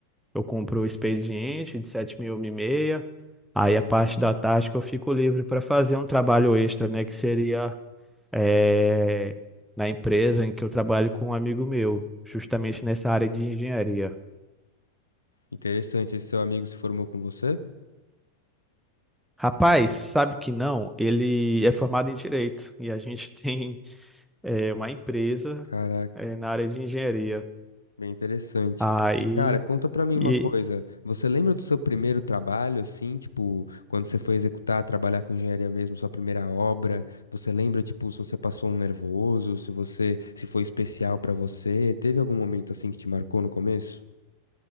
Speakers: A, in the centre; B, on the left.
A: eu cumpro o expediente de 7.000 e meia Aí a parte da tarde que eu fico livre para fazer um trabalho extra, né, que seria é, na empresa em que eu trabalho com um amigo meu, justamente nessa área de engenharia.
B: Interessante. Esse seu amigo se formou com você?
A: Rapaz, sabe que não? Ele é formado em direito e a gente <laughs> tem eh, uma empresa
B: Caraca.
A: eh, na área de engenharia.
B: Bem interessante.
A: Aí,
B: E, cara, conta pra mim
A: e,
B: uma coisa. Você lembra do seu primeiro trabalho, assim, tipo, quando você foi executar, trabalhar com engenharia mesmo, sua primeira obra? Você lembra, tipo, se você passou um nervoso, se você, se foi especial pra você? Teve algum momento assim que te marcou no começo?